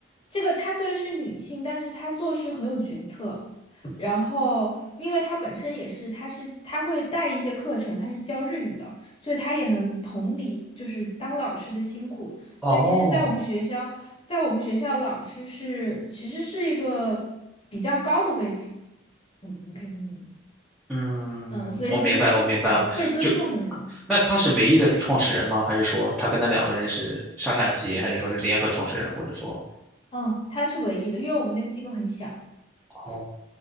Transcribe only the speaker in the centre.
哦。
嗯，
我明白了，我明白了。
就那他是唯一的创始人吗？还是说他跟他两个人是上下级，还是说是联合创始人，或者说
哦，